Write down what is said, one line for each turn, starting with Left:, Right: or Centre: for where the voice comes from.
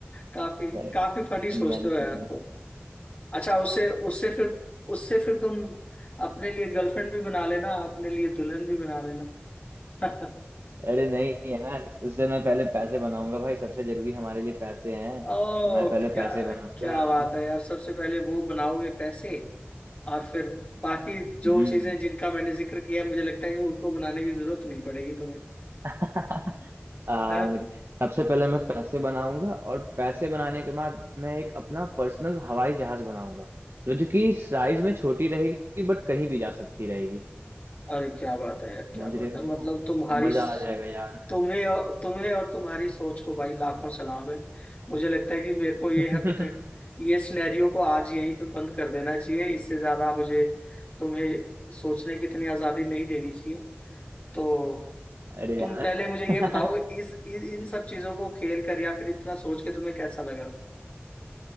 Left: काफी
Right: मैं
Left: काफी फनी सोचते
Right: मैं उसी
Left: हो यार
Right: से
Left: तुम
Right: <laughs>
Left: अच्छा उससे उससे फिर उससे फिर तुम अपने लिए गर्लफ्रेंड भी बना लेना अपने लिए दुल्हन भी बना लेना <laughs>
Right: अरे नहीं यार उससे मैं पहले पैसे बनाऊंगा भाई सबसे जरूरी हमारे लिए पैसे हैं तो
Left: ओ
Right: मैं पहले
Left: क्या
Right: पैसे बनाऊंगा
Left: क्या बात है यार सबसे पहले वो बनाओगे पैसे और फिर बाकी जो
Right: हम्म
Left: चीजें जिनका मैंने जिक्र किया है मुझे लगता है कि उनको बनाने की जरूरत नहीं पड़ेगी तुम्हें <laughs>
Right: <laughs> आ,
Left: है?
Right: मुझे सबसे पहले मैं पैसे बनाऊंगा और पैसे बनाने के बाद मैं एक अपना पर्सनल हवाई जहाज बनाऊंगा जो जो कि साइज में छोटी रहेगी बट कहीं भी जा सकती रहेगी
Left: अरे क्या बात है यार
Right: समझ
Left: क्या बात
Right: रहे
Left: है
Right: हो
Left: मतलब तुम्हारी
Right: मजा आ जाएगा यार
Left: तुम्हें और- तुम्हें और तुम्हारी सोच को भाई लाखों सलाम है मुझे लगता है कि मेरे
Right: <laughs>
Left: को ये है ये सिनेरियो को आज यहीं पे बंद कर देना चाहिए इससे ज्यादा मुझे तुम्हें सोचने की इतनी आजादी नहीं देनी चाहिए तो
Right: अरे
Left: तुम
Right: यार
Left: पहले मुझे ये
Right: <laughs>
Left: बताओ इस इन इन सब चीजों को खेल कर या फिर इतना सोच के तुम्हें कैसा लगा